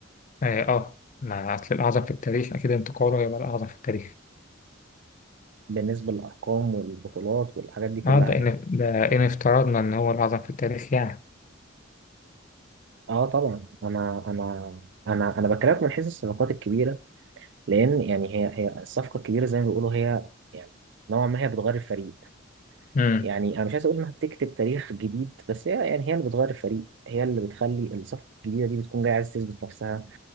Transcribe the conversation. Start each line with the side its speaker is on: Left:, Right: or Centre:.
Left: أه, آه ما أصل الأعظم في التاريخ أكيد انتقاله هيبقى الأعظم في التاريخ
Right: بالنسبه للارقام والبطولات والحاجات دي كلها
Left: أه ده
Right: يعني
Left: إن ده إن افترضنا إن هو الأعظم في التاريخ يعني
Right: اه طبعا انا انا انا انا بكلمك من حيث الصفقات الكبيره لان يعني هي هي الصفقه الكبيره زي ما بيقولوا هي يعني نوعا ما هي بتغير الفريق
Left: مم.
Right: يعني انا مش عايز اقول انها بتكتب تاريخ جديد بس هي يعني هي اللي بتغير الفريق هي اللي بتخلي الصفقه الجديده دي بتكون جايه عايزه تثبت نفسها